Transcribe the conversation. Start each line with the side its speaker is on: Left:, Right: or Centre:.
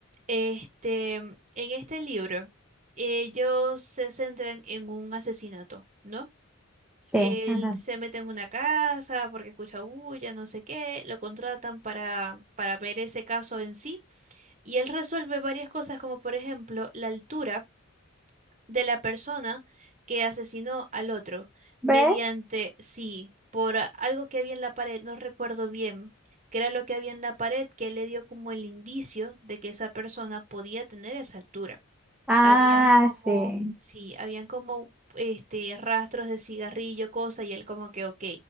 Right: este, en este libro, ellos se centran en un asesinato, ¿no?
Centre: sí,
Right: Él
Centre: ajá.
Right: se mete en una casa porque escucha bulla, no sé qué, lo contratan para, para ver ese caso en sí y él resuelve varias cosas como por ejemplo la altura de la persona que asesinó al otro mediante,
Centre: ¿Ve?
Right: sí, por a- algo que había en la pared, no recuerdo bien, que era lo que había en la pared que le dio como el indicio de que esa persona podía tener esa altura
Centre: Ah,
Right: habían como,
Centre: sí.
Right: sí, habían como este rastros de cigarrillo, cosa, y él como que, ok,